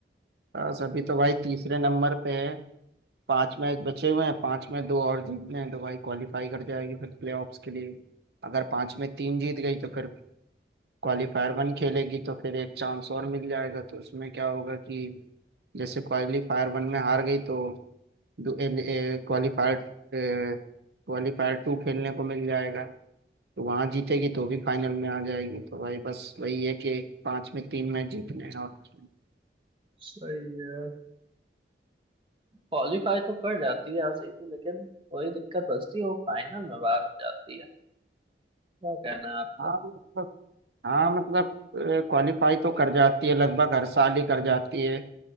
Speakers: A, on the right (about 70°); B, on the right (about 30°).
A: बस अभी तो भाई तीसरे नंबर पे है पांच मैच बचे हुए हैं पांच में दो और जीतने हैं तो भाई क्वालिफाई कर जाएगी फिर प्लेऑफ्स के लिए अगर पांच में तीन जीत गई तो फिर क्वालिफायर वन खेलेगी तो फिर एक चांस और मिल जाएगा तो उसमें क्या होगा कि जैसे क्वालिफायर वन में हार गई तो क्वालिफायर क्वालिफायर टू खेलने को मिल जाएगा तो वहां जीतेगी तो भी फाइनल में आ जाएगी तो भाई बस वही है कि पांच में तीन मैच जीतने हैं और कुछ नहीं
B: सही है क्वालीफाई तो कर जाती है आरसीबी लेकिन वही दिक्कत बचती है वो फाइनल में बाहर हो जाती है क्या कहना है आपका
A: हाँ मतलब हाँ मतलब क्वालिफाई तो कर जाती है लगभग हर साल ही कर जाती है